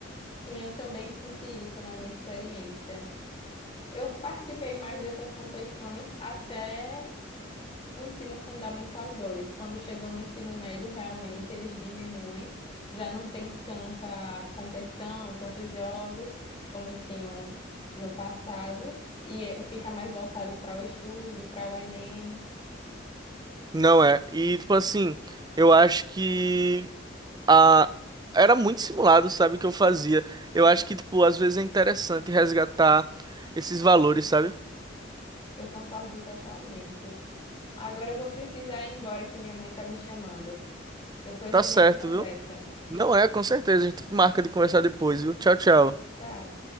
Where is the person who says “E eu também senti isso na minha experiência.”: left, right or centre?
Left